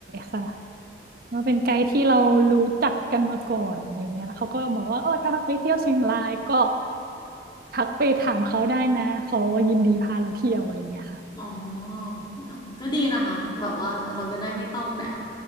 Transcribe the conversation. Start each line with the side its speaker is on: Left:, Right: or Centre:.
Right: ค่ะมันเป็นไกด์ที่เรารู้จักกันมาก่อนอะไรเงี้ยแล้วเขาก็บอกว่าโอ้ถ้าไปเที่ยวเชียงรายก็ทักไปถามเขาได้นะเขายินดีพาเราเที่ยวอะไรเงี้ยค่ะ
Left: อ๋ออ๋อ ก็ดีนะคะ แบบว่าเราจะได้ไม่ต้องแบบ